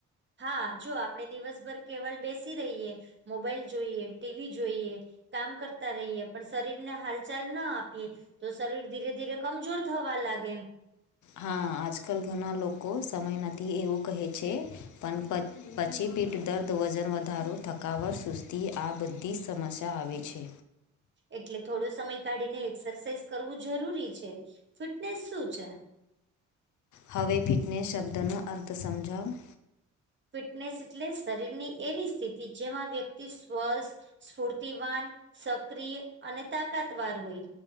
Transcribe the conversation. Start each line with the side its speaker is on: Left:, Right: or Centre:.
Right: હા જો આપડણે દિવસભર કેવલ બેસી રહીએ મોબાઈલ જોઈએ ટીવી જોઈએ કામ કરતા રહીએ પણ શરીર ને હાલચાલ ના આપીએ તો શરીર ધીરે ધીરે કમજોર થવા લાગે.
Left: હા આજકાલ ઘણા લોકો સમય નથી એવું કહે છે પણ પ પછી પીઠદર્દ વજન વધારો થકાવટ સુસ્તી આ બધી સમસ્યા આવે છે.
Right: એટલે થોડો સમય કાઢી ને એક્સરસાઇઝ કરવું જરૂરી છે ફિટનેસ શું છે?
Left: હવે ફિટનેસ શબ્દનો અર્થ સમજાવો.
Right: ફિટનેસ એટલે શરીર ની એવી સ્થિતિ જેમાં વ્યક્તિ સ્વાસ્થ્ય ઇસફૂ શક્તિવાન સક્રિય અને તાકાતવાર હોય.